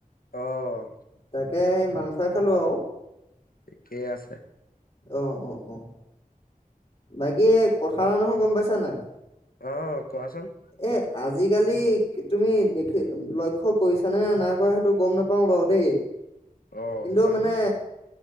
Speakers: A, on the left; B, on the left.
A: অহ।
B: তাকে এই মাংসই খালোঁ আও।
A: ঠিকেই আছে।
B: অ অঁ অ, বাকী কথা এটা নহয় গম পাইছা নে নাই?
A: অঁ কোৱাচোন।
B: এ আজিকালি তুমি দেখি লক্ষ্য কৰিছা নে নাই কৰা সেইটো গম নাপাওঁ বাৰু দেই।
A: অ',
B: কিন্তু
A: কোৱাচোন
B: মানে